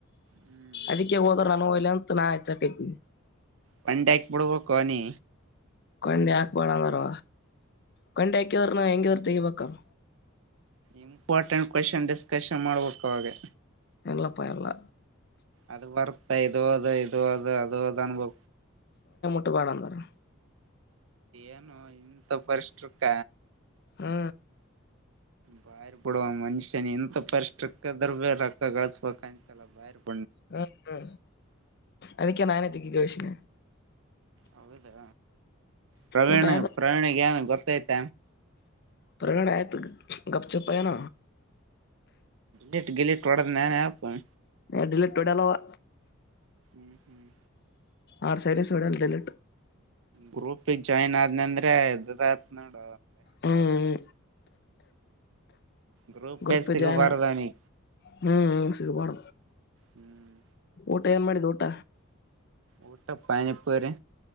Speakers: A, on the right; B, on the left.
A: ಹ್ಮ್ ಹ್ಮ್
B: ಅದಕ್ಕೆ ಹೋದ್ರ ನಾನಲ್ಲ ಅಂತ ನಾ ಆಸಕೈತನಿ
A: ಪಂಡ ಎ ಪಡು ಕೊನಿ
B: ಕೊಂಡಿ ಹಾಕ್ಬೇಡಂದಾರ ಕೊಂಡಿ ಹಾಕಿದ್ರನು ಹೆಂಗಿದ್ರ ತೆಗಿಬೇಕಲ್
A: ಇಂಪಾರ್ಟೆಂಟ್ ಕ್ವಶನ್ ಡಿಸ್ಕಶನ್ ಮಾಡ್ಬೇಕ ಅವಾಗೆ
B: ಎಲ್ಲಪ್ಪ ಎರಲ್ಲ
A: ಅದು ವರ್ತ್ತ ಇದು ಹದು ಇದು ಹದು ಅದು ಹದ ಅನ್ಭವ
B: ಪಟ್ಟುಬಡ ಅಂದರು
A: ಏನು ಇಂತ ಪರಿಷ್ಟ್ರಕ್ಕ
B: ಹಾ
A: ಬಾಯ ಬಿಡುವ ಮನುಷ್ಯನ್ ಎಂತ ಪರಿಶ್ರಕ್ಕದ್ರ ಬೇ ರೊಕ್ಕ ಗಳಿಸಸ್ಬೇಕಾಯಂತಲ್ಲ ಬ ಬಿಡ
B: ಹ್ಮ ಹ್ಮ ಅದಕ್ಕೆ ನಾನ ಚಕ್ಕಿ ಕಳ್ಷಿನ
A: ಹೌದಾ ಪ್ರವೀಣ
B: ಊಟ ಆದ
A: ಪ್ರವೀಣಗ ನ್ ಗೊತ್ತೈ್ತ
B: ತಣಯತ ಗಪ್ ಚಪ್ಯನ
A: ಗ ಗಿಲಿಟ್ ಒಡ ನಾನ ಆ
B: ಎಡ ಲಟ್ಟುಡೆಲ್ಲವಾ
A: ಹ್ಮ್ ಹ್ಮ್
B: ಆರ್ ಸೈರೀಸ್ ವಿಡಲ್ಲ ಡಲಿಟ್
A: ಗ್ರೂಪಗ್ ಜಾಯಿನ್ ಆದ್ನ ಅಂದ್ರೆ ಎದ ಆತ್ ನೋಡ
B: ಹ್ಮ್
A: ಗ್ರೂಪ್ಸ್ಕ್ಕೆ
B: ಗ್ರೂಪ್ ಜಾಯ್ನ್
A: ವರದಾನಿ
B: ಹ್ಮ್ ಸಿಗಬಡ
A: ಹ್ಮ್
B: ಊಟ ಏನ್ ಮಾಡಿದ್ದು ಊಟ
A: ಊಟ ಪನಿ ಪರೆ